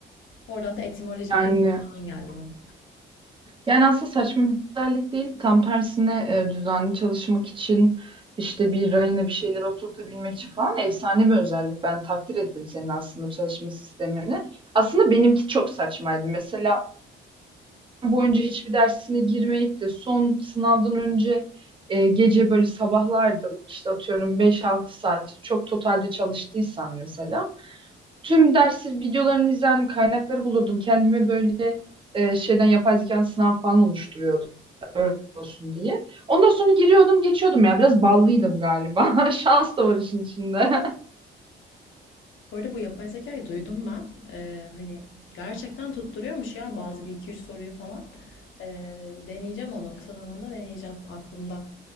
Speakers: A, on the left (about 75°); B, on the right (about 25°).
A: Oradan da etimoloji
B: Yani
A: merakı falan geldi bana.
B: Yani aslında saçma bir özellik değil. Tam tersine e, düzenli çalışmak için işte bir rayına bir şeyler oturtabilmek için falan efsane bir özellik. Ben takdir ettim senin aslında çalışma sistemini. Aslında benimki çok saçmaydı. Mesela boyunca hiçbir dersine girmeyip de son sınavdan önce e, gece böyle sabahlardım. İşte atıyorum beş altı saat çok totalde çalıştıysan mesela. Tüm dersi videolarını izlerdim, kaynakları bulurdum. Kendime böyle e, şeyden yapay zekanın sınav falan oluşturuyordum öyle olsun diye. Ondan sonra giriyordum geçiyordum ya biraz ballıydım galiba. <laughs> Şans da var işin içinde.
A: Bu arada bu yapay zekayı duydum ben. Ee, hani gerçekten tutturuyormuş ya bazı bir iki üç soruyu falan. Ee, deneyeceğim onu kısa zamanda deneyeceğim. Aklımda.